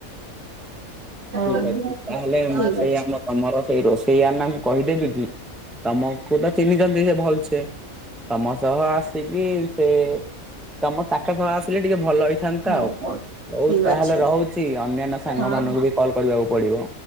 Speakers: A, on the right; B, in the centre.
A: ହଉ।
B: ଠିକ ଅଛି
A: ଠିକ
B: ତାହେଲେ ମୁଁ ସେଇ
A: ଅଛି
B: ଆମ ତମର ସେଇ ରୋଷେଇଆନାଙ୍କୁ କହିଦେବି କି? ତମକୁ ତ ଚିହ୍ନିଛନ୍ତି ସେ ଭଲସେ ତମ ତହ ଆସିକି ସେ ତମ ତାଙ୍କ ସହ ଆସିଲେ ଟିକେ ଭଲ ହେଇ ଥାନ୍ତା
A: ହଉ
B: ଆଉ
A: ହଉ
B: ହଉ
A: ଠିକ
B: ତାହେଲେ
A: ଅଛି
B: ରହୁଛି ଅନାନ୍ୟା ସାଙ୍ଗ
A: ହଁ
B: ମାନଙ୍କୁ
A: ହଁ।
B: ବି କଲ୍ କରିବାକୁ ପଡିବ।